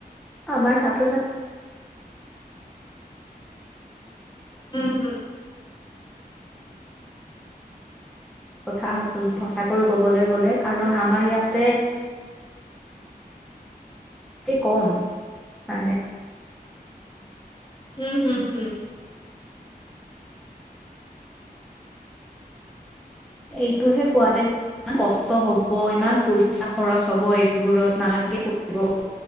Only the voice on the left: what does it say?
উম হম
উম হম হম